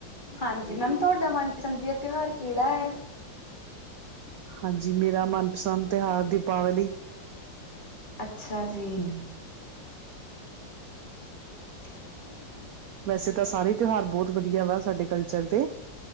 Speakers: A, on the left; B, on the right.
A: ਹਾਂਜੀ ਮੈਮ ਤੁਹਾਡਾ ਮਨਪਸੰਦੀ ਤਿਉਹਾਰ ਕਿਹੜਾ ਹੈ।
B: ਹਾਂਜੀ ਮੇਰਾ ਮਨਪਸੰਦ ਤਿਉਹਾਰ ਦੀਪਾਵਲੀ।
A: ਅੱਛਾ ਜੀ।
B: ਹਮ।
A: <inaudible>
B: ਵੈਸੇ ਤਾਂ ਸਾਰੇ ਤਿਉਹਾਰ ਬਹੁਤ ਵਧੀਆ ਵਾ ਸਾਡੇ ਕਲਚਰ ਦੇ।